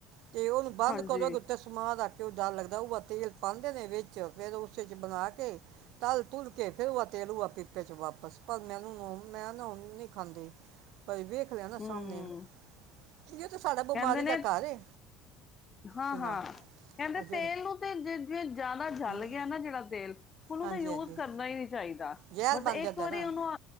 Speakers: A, on the right; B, on the left.
A: ਅਤੇ ਹੁਣ ਬੰਦ
B: ਹਾਂਜੀ-ਹਾਂਜੀ,
A: ਕਰਦੋਂ ਕਿਤੇ ਸਮਾ ਦਾ ਘਿਓ ਡਰ ਲੱਗਦਾ ਉਹ ਤੇਲ ਪਾਉਂਦੇ ਨੇ ਵਿੱਚ ਫਿਰ ਉਸ ' ਬਣਾ ਕੇ ਤਲ ਧੁਲ ਕੇ ਫਿਰ ਉਹ ਤੇਲ ਉਆ ਪੀਪੇ 'ਚ ਵਾਪਸ ਮੈਂ ਉਹਨੂੰ ਨਹੀਂ ਖਾਂਦੇ ਭਾਈ ਵੇਖ ਹੋਇਆ ਨਾ
B: ਹੂੰ,
A: ਸਾਹਮਣੇ ਇਹ ਤਾਂ ਸਾਡਾ ਬਿਮਾਰੀ
B: ਕਹਿੰਦੇ ਨੇ
A: ਦਾ ਘਰ ਹੈ
B: ਹਾਂ
A: ਕਿੰਨਾ
B: ਹਾਂ ਕਹਿੰਦੇ
A: ਆ ਜਿਹੜੇ
B: ਤੇਲ ਨੂੰ ਤੇ ਜੇ ਜੇ ਜ਼ਿਆਦਾ ਜਲ
A: ਹਮ,
B: ਗਿਆ ਨਾ ਜਿਹੜਾ ਤੇਲ ਹੁਣ ਉਹ
A: ਹਾਂਜੀ
B: ਦਾ ਯੂਜ
A: ਹਾਂਜੀ
B: ਕਰਨਾ ਹੀ ਨਹੀਂੀਦਾ
A: ਜ਼ਹਿਰ
B: ਬਸ
A: ਬਣ
B: ਇੱਕ
A: ਜਾਂਦਾ
B: ਵਾਰੀ
A: ਨਾ
B: ਉਹਨੂੰ